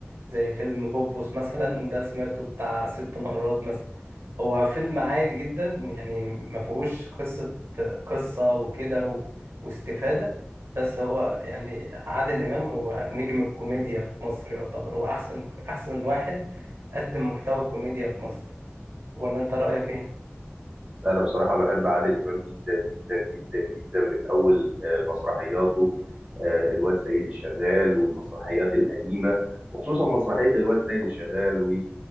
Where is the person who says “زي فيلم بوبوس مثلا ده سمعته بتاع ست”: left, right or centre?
Right